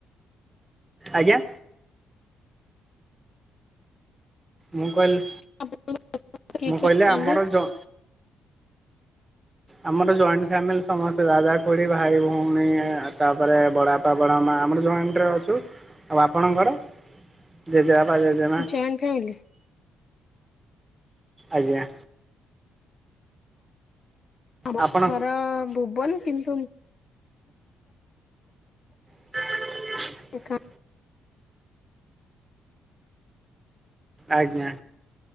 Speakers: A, on the right; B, on the left.
A: ଆଜ୍ଞା। ମୁଁ କହିଲି
B: ଆପଣ କିଏ
A: ମୁଁ
B: କିଏ
A: କହିଲି
B: ଅଛନ୍ତି?
A: ଆମର ଜ ଆମର ଜଏଣ୍ଟ ଫ୍ୟାମିଲି ସମସ୍ତେ ଦାଦା ଖୁଡି ଭାଇ ଭଉଣୀ ତାପରେ ବଡ ପାବଣ ମା ଆମର ଜଏଣ୍ଟରେ ଅଛୁ ଆଉ ଆପଣଙ୍କର ଜେଜେବା ଜେଜେମା।
B: Joint family?
A: ଆଜ୍ଞା।
B: ଆମ
A: ଆପଣ
B: ଘର ଭୁବନ କିନ୍ତୁ
A: <inaudible>
B: କଣ
A: ଆଜ୍ଞା